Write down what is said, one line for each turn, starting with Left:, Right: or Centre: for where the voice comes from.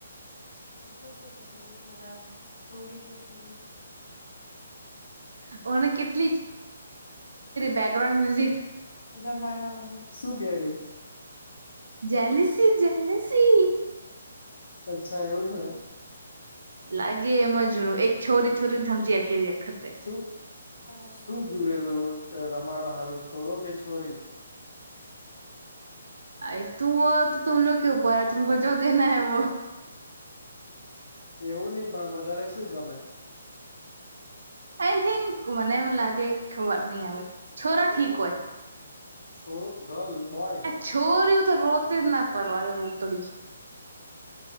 Left: <unintelligible>
Right: <unintelligible> બેકગ્રાઉન્ડ મ્યુઝિક
Left: રમાડવા મંડે શું કે એરી.
Right: Jealousy jealousy.
Left: અચ્છા એવું હે એમ.
Right: લાગે એમજ એક છોરી છોરીને જ સમજી શકે એવખતે
Left: શું શું જોયે <unintelligible> રમાડવા હારું છોરો કે છોરી?
Right: અ તું તો તુમલો કે ઉપર તુમ જો દેના હૈ વો
Left: એવું નય પણ વધારે શું ગમે?
Right: આઈ થિંક મને એમ લાગે ખબર નહીં હવે. છોરા ઠીક હોય.
Left: છોરું ગર્લ બોય
Right: છોરીયું તો રોતે જ ના પરવા રોતડી.